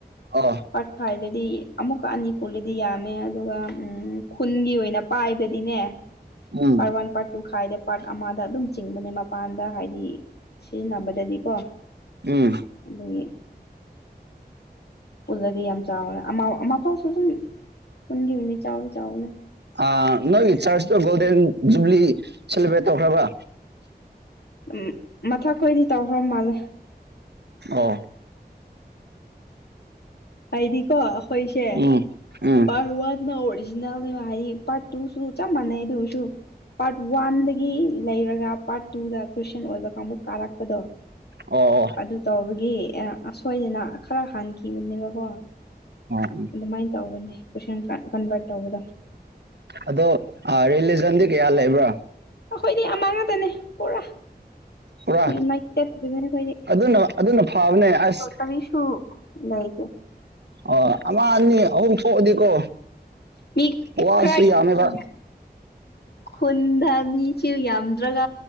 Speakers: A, on the right; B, on the left.
A: ꯑꯣ
B: ꯄꯠꯈꯥꯏ ꯑꯗꯨꯗꯤ ꯑꯃꯨꯛꯀ ꯑꯅꯤ ꯄꯨꯜꯂꯗꯤ ꯌꯥꯝꯃꯦ ꯑꯗꯨꯒ ꯎꯝ ꯈꯨꯟꯒꯤ ꯑꯣꯏꯅ ꯄꯥꯏꯕꯗꯤꯅꯦ
A: ꯎꯝ
B: ꯄꯔ ꯋꯥꯟ ꯄꯔ ꯇꯨ ꯈꯥꯏꯗꯦ ꯄꯥꯔꯠ ꯑꯃꯗ ꯑꯗꯨꯝ ꯆꯤꯡꯕꯅꯦ ꯃꯄꯥꯟꯗ ꯍꯥꯏꯗꯤ ꯁꯤꯖꯤꯟꯅꯕꯗꯗꯤꯀꯣ
A: ꯎꯝ
B: ꯑꯗꯨꯗꯦ ꯄꯨꯜꯂꯗꯤ ꯌꯥꯝ ꯆꯥꯎꯦ ꯃꯄꯥꯎꯁꯨ ꯑꯗꯨꯝ ꯄꯨꯟꯈꯤꯕꯅꯤ ꯆꯥꯎꯅꯤꯦ ꯆꯥꯎꯅꯦ
A: ꯑ ꯅꯣꯏꯒꯤ ꯆꯔꯆ ꯣꯜꯗꯦꯟ ꯖꯨꯕꯂꯤ ꯁꯦꯂꯦꯕ꯭ꯔꯦꯠ ꯇꯧꯈ꯭ꯔꯕ
B: ꯎꯝ ꯃꯊꯛꯈꯣꯏꯗꯤ ꯇꯧꯈ꯭ꯔ ꯃꯥꯜꯂꯦ
A: ꯑꯣ
B: ꯍꯥꯏꯥꯏꯗꯤ ꯀꯣ ꯍꯣꯏꯁꯦ
A: ꯎꯝ ꯎꯝ
B: ꯄꯥꯔ ꯍ ꯋꯥꯗ ꯅ ꯑꯣ ꯑꯣꯔꯤꯖꯤꯅꯦꯜꯅꯦ ꯍꯥꯏꯗꯤ ꯄꯥꯔꯠ ꯇꯨꯁꯨ ꯆꯞ ꯃꯥꯟꯅꯩ ꯑꯗꯨ ꯑꯣꯏꯔꯁꯨ ꯄꯥꯔꯠ ꯋꯥꯟꯗꯒꯤ ꯂꯩꯔꯒ ꯄꯥꯔꯠ ꯇꯨꯗ ꯈ꯭ꯔꯤꯁꯇꯌꯥꯟ ꯑꯣꯏꯕ ꯀꯥꯡꯕꯨ ꯀꯥꯔꯛꯄꯗꯣ
A: ꯑꯣ ꯑꯣ ꯑꯣ
B: ꯑꯗꯨ ꯇꯕ ꯒꯤ ꯑꯁꯣꯏꯗꯅ ꯈꯔ ꯍꯥꯟꯈꯤꯕꯅꯦꯕꯀꯣ
A: ꯎꯝ
B: ꯑꯗꯨꯃꯥꯏꯅ ꯇꯧꯕꯅꯦ ꯀ ꯀ ꯀꯟꯚꯔꯠ ꯑꯕꯗ
A: ꯑꯗꯣ ꯔꯤꯂꯤꯖꯟꯗꯤ ꯀꯌꯥ ꯂꯩꯕ꯭ꯔꯥ
B: ꯑꯩꯈꯣꯏꯅꯦ ꯑꯃ ꯉꯥꯛꯇꯅꯦ ꯄꯨꯔꯥ
A: ꯄꯨꯔꯥ
B: ꯅ ꯑꯩꯈꯣꯏ
A: ꯑꯗꯨꯅ ꯑꯗꯨꯅ ꯐꯕꯅꯦ ꯑꯁ
B: ꯀꯕꯤꯁꯨ ꯂꯩꯀ
A: ꯑꯣ ꯑꯃꯅꯤ ꯑꯍꯨꯝ ꯀꯣꯛꯗꯤꯀꯣ
B: ꯃꯤ
A: ꯋꯥꯁꯨ
B: ꯈꯔ
A: ꯌꯥꯝꯃꯦꯕ
B: ꯎꯝ ꯈꯨꯟꯗ ꯃꯤꯁꯨ ꯌꯥꯝꯗ꯭ꯔꯒ